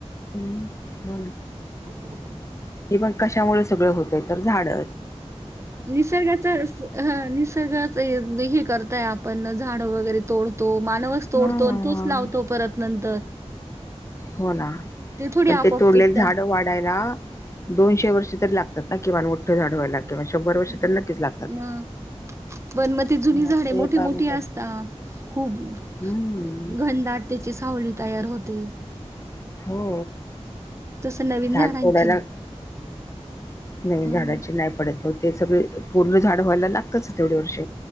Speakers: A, on the left; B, on the right.
A: हम्म हो ना
B: हो
A: हे बघ कशामुळे सगळं होतंय तर झाड
B: निसर्गाच असं हं निसर्गाचा हे करताय आपण झाड वगैरे तोडतो मानव तोडतो
A: हा
B: आणि तोच लावतो परत नंतर.
A: हो ना
B: थोडी
A: पण
B: आपोआप
A: ते तोडले
B: तुटतात
A: झाड वाढायला दोनशे वर्ष तरी लागतात ना किमान मोठं झाड व्हायला? किंवा शंभर वर्ष
B: हम्म
A: तर नक्कीच लागतात.
B: पण मग ती जुनी
A: हा
B: झाडे
A: ते
B: मोठी
A: एका
B: मोठी
A: मिनिटात
B: असतात अं खूप
A: हम्म.
B: घनदाट त्याची सावली तैयार होते.
A: हो
B: तसं नवीन
A: झाड
B: झाडांची
A: फोडायला नवीन
B: हम्म
A: झाडाचे नाही पडत ते सगळे पूर्ण झाड व्हायला लागतच. वर्ष